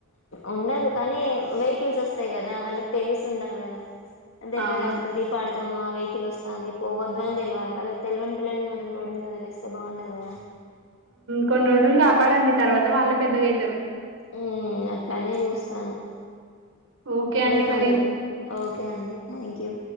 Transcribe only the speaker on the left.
ఉండదు కానీ వెహికల్స్ వస్తాయి కదా వాళ్ళకి తెలిసి ఉండాలి కదా దెబ్బదిాకుతుదింది
పాడుతాము ఆ వెహికకిల్ వస్తంది వస్తుంది పోవద్దు అని తెలివాలి వాళ్ళ తెలివని పిల్లల్ని మనం రోడ్డు మీద వదిలేస్తే బాగుండదు కదా
ఉ అట్లానే చూస్తాను
మీకు
ఓకే అండి థ్యాంక్ యూ